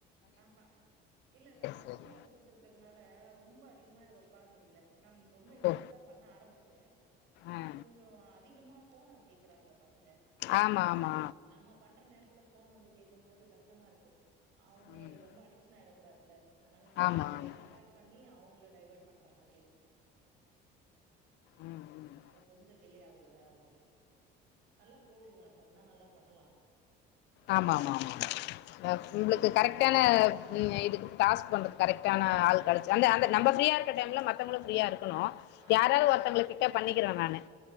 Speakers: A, on the right; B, on the left.
A: ஆஹா இல்ல இந்த பசங்கள
B: சேரி
A: வெச்சுக்கிட்டு இருக்குறதுனால ரொம்ப அதிகமா இதுல ஒக்கார முடியுல அப்பறம் ரொம்போ இன்ட்ரெஸ்ட்டா
B: ஓ
A: பண்ண ஆரம்பிச்சே
B: ஆ
A: கொஞ்சோ அதிகமா போன கேக்குறாங்க பசங்க
B: ஆமா ஆமா
A: நம்ம பண்ற நேரத்துல போன் வந்து கேக்கும் போது கஷ்டமா இருக்கு அவுங்க
B: ம்
A: இது ரொம்ப அடிக்ஷன் ஆயிட கூடாதுல அத்னால நம்ம
B: ஆமா
A: கொஞ்சோ
B: ஆமா
A: இத அவாய்ட் பண்ணி அவுங்கள டைவர்ட் பண்ற மாதிரி
B: ம் ம்
A: அதனால கொஞ்சோ டிலே ஆகுது வேற ஒண்ணுல நல்லா போதுங்க பண்ணா நல்லா பண்ணலா
B: ஆமா ஆமா ஆமா
A: நமக்கு
B: அ
A: கொஞ்சோ
B: உங்குளுக்கு கரெக்டான
A: இந்த இந்த
B: இதற்கு இதுக்கு டாஸ்க் பண்றதுக்கு கரக்டான ஆள் கெடைச்ச அந்த அந்த நம்ப ஃப்ரீயா டைம்ல மத்தவுங்களு ஃப்ரீயா இருக்கணோ
A: ஆ
B: யாராவது ஒருத்தவுங்களக்கிட்ட பண்ணிக்கிற நானு